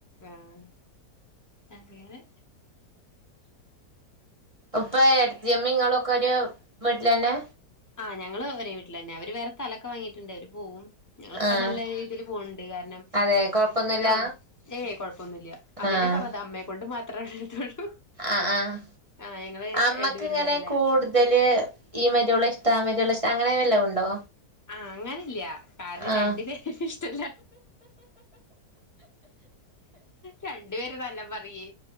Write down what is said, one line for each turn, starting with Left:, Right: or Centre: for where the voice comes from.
Left: ആഹ് അങ്ങനെ
Right: ഉപ്പ ഏട്ടത്തിയമ്മീം ഇങ്ങളൊക്കെ ഒരു വീട്ട്ലന്നെ
Left: ആ ഞങ്ങള് ഒരേ വീട്ട്ലന്നെ അവര് വേറെ സ്ഥലൊക്ക വാങ്ങിട്ടുണ്ട് അവര് പോവും ഞങ്ങളിപ്പ
Right: ആഹ്
Left: നല്ല രീതിയില് പോവ്ണ്ട് കാര്ണം
Right: അതെ കൊഴപ്പൊന്നുല്ല
Left: ആഹ് ഏയ് കൊഴപ്പൊന്നില്ല്യാ അതന്നെ
Right: ആഹ്
Left: പർഞ്ഞത് അമ്മയെക്കൊണ്ട് മാത്രേ ഒരിതൊള്ളൂ
Right: ആഹ് -ആഹ്
Left: ആഹ് ഞങ്ങള്
Right: അമ്മക്ക്
Left: രണ്ടുപേരും
Right: ഇങ്ങനെ
Left: നല്ല
Right: കൂട്തല് ഈ മരോള ഇഷ്ട ആ മരോള ഇഷ്ട അങ്ങനെ വല്ലോം ഉണ്ടോ
Left: ആ അങ്ങനെല്ല്യാ കാരണം
Right: ആഹ്
Left: രണ്ടു പേരെയും ഇഷ്ടല്ല രണ്ട് പേരും നല്ലം പറിയെ